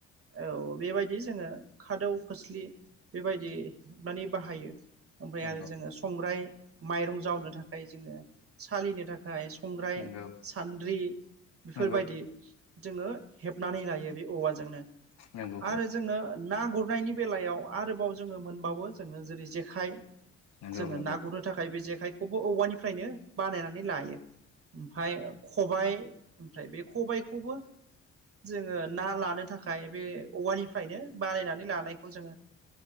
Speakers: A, on the right; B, on the left.
A: औ औ बेबायदि जोङो खादौ खोस्लि बेबायदि हेबनानै बाहायो। ओमफ्राय
B: नंगौ
A: आरो जोङो संग्राय माइरं जावनो थाखाय जोङो सालिनो थाखाय खंग्राइ
B: नंगौ
A: सान्द्रि बेफोरबायदि
B: नंगौ
A: जोङो हेबनानै लायो। बे औवाजोंनो
B: नंगौ नंगौ
A: आरो जोङो ना गुर नायनि बेलायाव आरोबाव जोङो मोनबावो जोङो जेरै जेखाइ
B: नंगौ
A: जोङो
B: नंगौ
A: ना गुरनो थाखाय बे जेखायखौबो औवानिफ्रायनो बानायनानै लायो। ओमफ्राय खबाय ओमफ्राय बे खबायखौबो जोङो ना लानो थाखाय बे औवानिफ्रायनो बानायनानै लानायखौ जोङो